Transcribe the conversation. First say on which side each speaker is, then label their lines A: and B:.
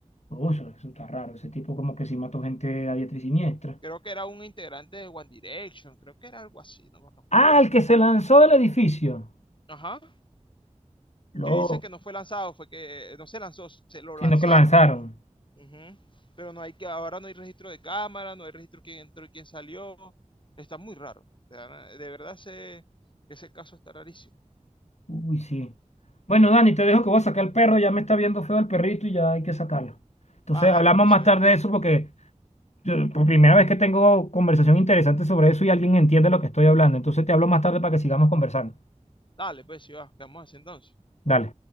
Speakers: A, on the left; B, on the left.
A: Uy, eso, eso está raro, ese tipo como que sí mató gente a diestra y siniestra.
B: Creo que era un integrante de One Direction, creo que era algo así, no me acuerdo.
A: Ah, el que se lanzó del edificio.
B: Ajá,
A: Loco.
B: que dicen que no fue lanzado, fue que no se lanzó, se lo
A: Sino
B: lanzaron.
A: que lo lanzaron.
B: Ujú. Pero no hay que, ahora no hay registro de cámara, no hay registro de quién entró y quién salió. Está muy raro. De, verdad- de verdad ese, ese caso está rarísimo.
A: Uy, sí. Bueno, Dani, te dejo que voy a sacar el perro, ya me está viendo feo el perrito y ya hay que sacarlo. Entonces,
B: Ah, dale,
A: hablamos
B: pues,
A: más
B: eh,
A: tarde de eso porque yo- por primera vez que tengo conversación interesante sobre eso y alguien entiende lo que estoy hablando. Entonces, te hablo más tarde para que sigamos conversando.
B: dale, pues, si va, quedamos así entonces.
A: Dale.